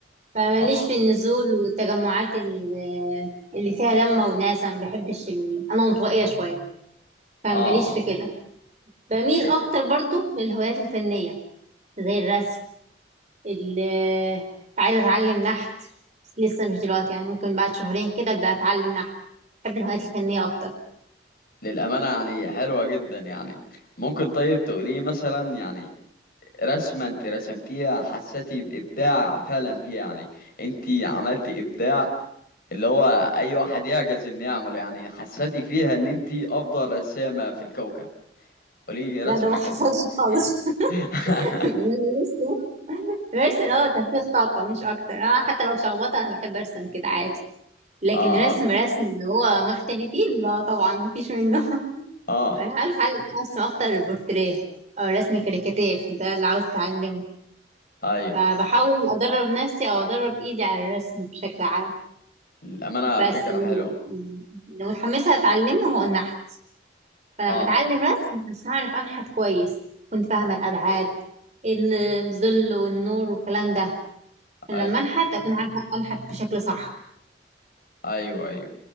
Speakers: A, on the right; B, on the left.
A: فماليش
B: اه
A: في النزول والتجمعات ال- اللي فيها لمه وناس انا ما بحبش ال... انا انطوائيه شويه فماليش
B: اه اه
A: في كده بميل
B: إيه،
A: اكتر برضو للهوايات الفنيه زي الرسم اللي عايزه اتعلم نحت بس لسه مش دلوقتي يعني ممكن بعد شهرين كده ابدا اتعلم نحت بحب الهوايات الفنيه اكتر
B: للأمانة يعني حلوة جدا يعني ممكن طيب تقولي مثلا يعني رسمة انت رسمتيها حسيتي بإبداع فعلا فيها يعني انت عملتي إبداع اللي هو أي واحد يعجز إنه يعمله يعني حسيتي فيها إن انت أفضل رسامة في الكوكب قولي لي
A: لا
B: رسمة
A: ده ما حصلش
B: كده
A: خالص
B: <laughs>
A: <laughs> يعني انا برسم برسم هو تنفيذ طاقه مش اكتر انا حتى لو شخبطه انا بحب ارسم كده عادي لكن
B: اه
A: رسم
B: اه
A: رسم اللي هو محترفين لا طبعا مفيش منه <laughs>
B: اه
A: انا عاوز اتعلم ارسم اكتر البورتريه او رسم كاريكاتير ده اللي عاوز اتعلمه
B: ايوه
A: فبحاول أدرب نفسي أو أدرب إيدي على الرسم بشكل عام
B: الأمانة
A: بس
B: فكرة
A: ال-
B: حلوة
A: ال- اللي متحمسة أتعلمه هو النحت فأنا
B: اه
A: بتعلم رسم عشان أعرف أنحت كويس كنت فاهمة الأبعاد ال- الظل والنور والكلام ده عشان
B: ايوه
A: لما أنحت أكون عارفة أنحت بشكل صح
B: ايوه ايوه